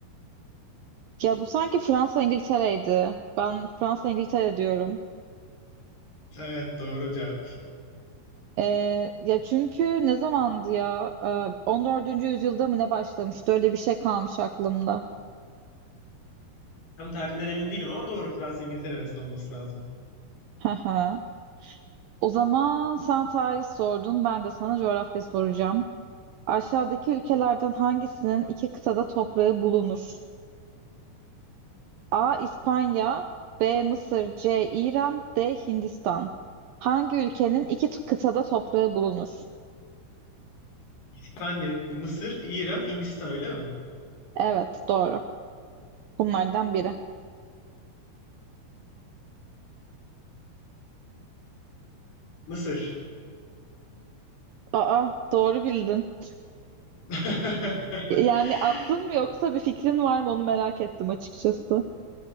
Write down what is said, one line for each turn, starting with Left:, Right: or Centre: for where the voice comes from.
Right: Ya bu sanki Fransa İngiltere'ydi. Ben Fransa İngiltere diyorum.
Left: Evet doğru cevap.
Right: Ee, ya çünkü ne zamandı ya? Ee, 14. yüzyılda mı ne başlamıştı? Öyle bir şey kalmış aklımda.
Left: Tam tarihinden emin değilim ama doğru Fransa İngiltere arasında olması lazım.
Right: Hı hı. O zaman sen tarih sordun, ben de sana coğrafya soracağım. Aşağıdaki ülkelerden hangisinin iki kıtada toprağı bulunur? A. İspanya, B. Mısır, C. İran, D. Hindistan. Hangi ülkenin iki t- kıtada toprağı bulunur?
Left: İspanya, Mısır, İran, Hindistan öyle mi?
Right: Evet, doğru. Bunlardan biri.
Left: Mısır.
Right: Aa, doğru bildin.
Left: <laughs>
Right: Yani attın mı yoksa bir fikrin var mı onu merak ettim açıkçası.